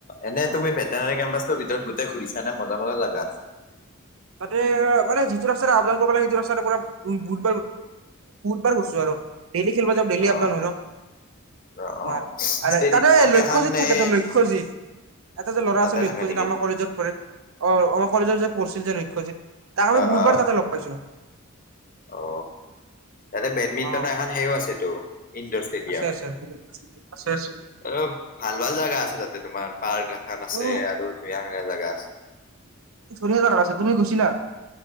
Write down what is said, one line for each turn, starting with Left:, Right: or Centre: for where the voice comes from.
Left: এনে
Right: অ
Left: তুমি ভেটেনোৰী কেম্পাছটোৰ ভিতৰত গোটেই ঘূৰিচা নে মজা মজা জেগা আছে।
Right: তাতে অ মানে যিটো ৰাস্তাৰে আবদান কৰিব লাগে সেইটো ৰাস্তাৰে পৰা। বহুত বাৰ গৈছোঁ আৰু ডেইলি খেলিব যাওঁ ডেইলি
Left: অ
Right: আপ ডাউন হয় ন।
Left: অ
Right: তোমাৰ
Left: অ
Right: আৰু
Left: ষ্টেডি
Right: তাতে লক্ষ্যজিৎ
Left: এখন
Right: থাকে
Left: এ
Right: তো লক্ষ্যজিৎ। এটা যে ল'ৰা
Left: তাতে
Right: আছিল লক্ষ্যজিত‌
Left: থাকে নেকি
Right: আমাৰ কলেজত পৰে অ আমাৰ কলেজত যে পঢ়ছিল যে লক্ষ্য লক্ষ্যজিত তাক আমি
Left: অ
Right: বহুতবাৰ
Left: অ
Right: তাতে লগ পাইছোঁ।
Left: অ তাতে বেডমিণ্টনৰ
Right: অ',
Left: এখন সেও আছেতো। ইনডোৰ ষ্টেডিয়াম
Right: আছে আছে আছে আছে।
Left: আৰু ভাল ভাল জাগা আছে তাতে তোমাৰ পাৰ্ক এখন আছে
Right: উম,
Left: আৰু ধুনীয়া ধুনীয়া জাগা আছে।
Right: ধুনীয়া জাগাত আছে তুমি গৈছিলা?